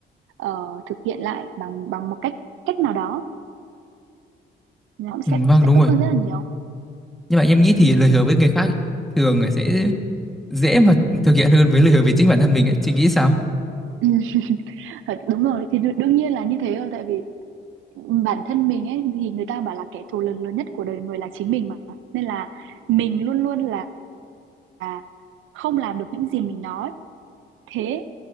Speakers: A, on the right; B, in the centre.
A: ờ, thực hiện lại bằng bằng một cách cách nào đó nó cũng sẽ
B: ừ, vâng
A: sẽ
B: đúng
A: tốt
B: rồi
A: hơn rất là nhiều.
B: nhưng mà em nghĩ thì lời hứa với người khác ấy, thường là sẽ dễ mà thực hiện hơn với lời hứa với chính bản thân mình ấy chị nghĩ sao
A: Ừ. Thật, Đúng rồi thì đ- đương nhiên là như thế rồi tại vì bản thân mình ấy thì người ta bảo là kẻ thù lớn lớn nhất của đời người là chính mình mà nên là mình luôn luôn là là không làm được những gì mình nói thế